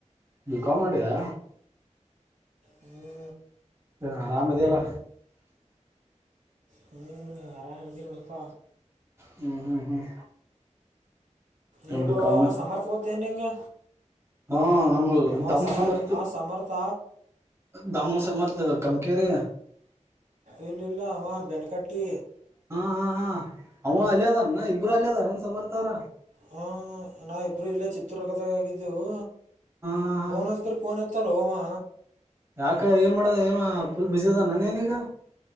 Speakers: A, on the right; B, on the right.
A: ಬಿಕಾಂ ಮಾಡೆಯಾ
B: ಹ್ಞೂ
A: ಹ ಆರಾಮದಿಯಲ್ಲ
B: ಹ್ಮ್ ಆರಾಮ್ ನಾವೆಲ್ದಿನಿ ನೋಡಪ್ಪ
A: ಹ್ಮ್ ಹ್ಮ್ ಹ್ಮ್
B: ಇರ್ಬಿಡು
A: ಬಿ ಕಾಮ್
B: ಸಮರ್ಥಗೊತೇನೆ ನಿಂಗೆ
A: ಹಾ ನಮ್ಮ
B: ಅವ
A: ದಮ
B: ಸಮರ್ಥ
A: ಸಮಮರ್ತ್ತುು
B: ಆ ಸಮರ್ಥ
A: ದಾಮೂಸ ಮರ್ತ ಕಮಕರಿ
B: ಇಲ ಇಲ್ಲ ಅವ ಬೆನಕಾಟ್ಟಿ
A: ಹಾ ಹಾ ಹಾ ಅವ ಅಲ್ಯದನ ಇಬ್ಬರು ಅಲ್ ಅದಾರನ್ ಸಮರ್ಥವ್ರ
B: ಹ ನಾವಿಬ್ರು ಇಲ್ಲೆ ಚಿತ್ತೂರ್ದಾಗ ಇದ್ದೇವು
A: ಹಾ ಹಾ
B: ಫೋನ್ ಹಚ್ಚಿದ್ರ್ ಫೋನ್ ಎತ್ ಎತ್ತಲೋ ಅವ.
A: ಯಾಕ ಏನ್ ಮಾಡದ ಏವ ಫುಲ್ ಬಿಜಿ ಅದಾನ್ ಏನವ.